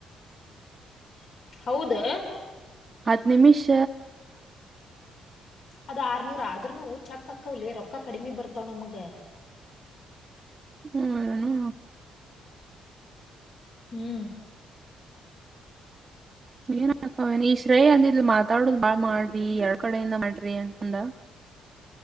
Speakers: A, on the left; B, on the right.
A: ಹ ಹೌದಾ
B: ಹತ್ತು ನಿಮಿಷ.
A: ಅದ್ ಆರ್ನೂರ ಆದರೂನು ಚಕ್ಕ ಅಕ್ಕವ್ಲೆ ರೊಕ್ಕ ಕಡಿಮಿ ಬರ್ತಾವ್ ನಮಗ.
B: ಹ್ಮ್ಣ
A: ಹ್ಮ್
B: ಏನ್ಕವ ಈ ಶ್ರೇಯ ಅಂದಿದ ಮಾತಾಡುದು ಬಾಳ್ ಮಾಡ್ರಿ ಎರ ಕಡೆಯಿಂದ ಮಾಡ್ರಿ ಅಂತಂದ